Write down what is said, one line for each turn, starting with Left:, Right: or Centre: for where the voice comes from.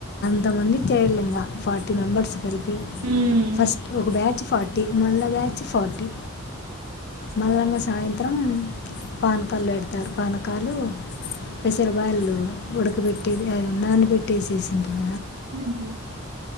Left: కొంతమంది చేరలేంగ ఫార్టీ మెంబర్స్ కలిపి
Right: ఉమ్
Left: ఫస్ట్ ఒక బ్యా ఫార్టీ మల్ల బ్యాచ్ ఫార్టీ మల్లంగ సాయంత్రం పాన్ కళ్ పెడ్ తారు పానకాలు పెసర్ బాయలు ఉడకబెట్టి అవి నాన్బెటి టి సేసీన్ర
Right: ఉ హు